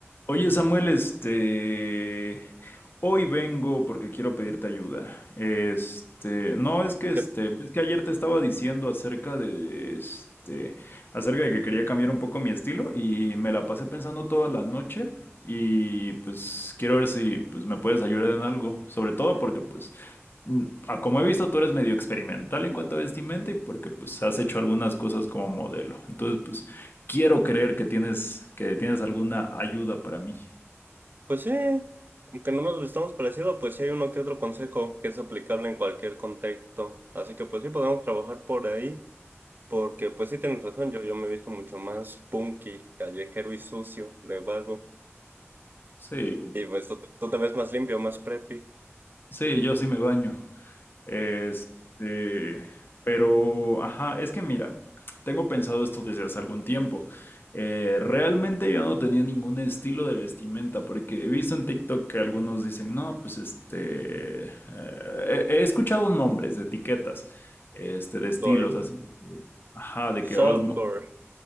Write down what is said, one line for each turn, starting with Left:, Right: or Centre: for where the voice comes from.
Left: Oye, Samuel, este... Hoy vengo porque quiero pedirte ayuda. Este, no es que este,
Right: Que,
Left: es que ayer te estaba diciendo acerca de este, acerca de que quería cambiar un poco mi estilo y me la pasé pensando toda la noche y pues quiero ver si pues me puedes ayudar en algo, sobre todo porque pues mm, a como he visto tú eres medio experimental en cuanto a vestimenta y porque pues has hecho algunas cosas como modelo. Entonces, pues quiero creer que tienes que tienes alguna ayuda para mí.
Right: pues sí, aunque no nos vistamos parecido, pues sí hay uno que otro consejo que es aplicable en cualquier contexto. Así que pues sí podemos trabajar por ahí, porque pues sí tienes razón, yo, yo me he visto mucho más punky, callejero y sucio, de vago.
Left: Sí,
Right: Y pues tú, tú te ves más limpio, más preppy,
Left: sí, yo sí me baño. Este, pero, ajá, es que mira, tengo pensado esto desde hace algún tiempo. Eh, realmente yo no tenía ningún estilo de vestimenta, porque he visto en TikTok que algunos dicen, no, pues este, eh, he, he escuchado nombres de etiquetas, este, de estilos,
Right: core,
Left: así que, ajá, de
Right: softcore,
Left: que old,